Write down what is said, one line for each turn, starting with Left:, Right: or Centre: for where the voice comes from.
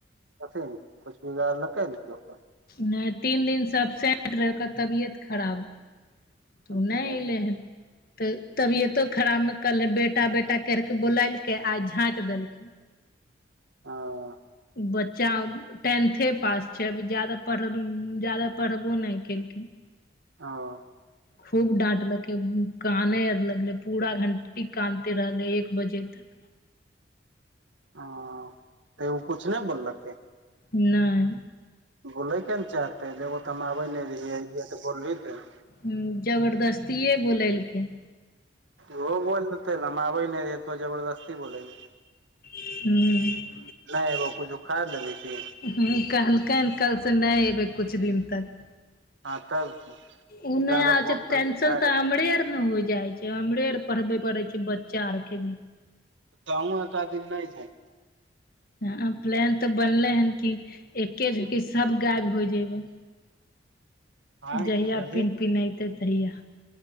Right: <inaudible>
Left: नहि तीन दिनसँ अबसेंट रहै ओकर तबियत खराब रहै। तू
Right: अच्छा
Left: नहि एलै हन तऽ तबियतो खराबमे कहले बेटा बेटा करके बोललके आ झाँंइट देलकै।
Right: आं।
Left: बच्चा टेन्थे पास छै अभी ज्याद पढ़ल ज्यादा पढ़बो नहि केलखिन।
Right: ओ।
Left: खूब डाँटलकै कानै आर लगलै पूरा घण्टी कानिते रहलै एक बजे तक।
Right: ओ, तऽ ओ किछ नहि बोललकै?
Left: नहि।
Right: बोलयके ने चाहतै एगो तऽ हम आबै नहि रहियै अइयै तऽ बोलबही तूऽ
Left: ह्म्म जबरदस्तियए बोलेलकै।
Right: ओहो बोल दैतै नऽ हम आबै नहि रतो जबरदस्ती बोलैलकै।
Left: हूँ
Right: नहि एगो किछु उखैर लेबही की?
Left: ह कहलकैनि कलसँ नहि एयबै किछु दिन तक।
Right: हँ तब की
Left: उ नय
Right: जादा
Left: आबै
Right: फोन
Left: छै
Right: करबही
Left: तऽ टेशन
Right: झाड़ि
Left: तऽ हमरे आर नऽ हो जाए छै। जे हमरे आर पढ़बे पड़ै छै बच्चा आरके भी।
Right: त अहू एकाध दिन नहि जायब।
Left: ह प्लान तऽ बनले हन कि एके झोकी सब गायब हो जेबे।
Right: आँय
Left: जहिया
Right: की कहलही
Left: पिनपिनेतई तहिया।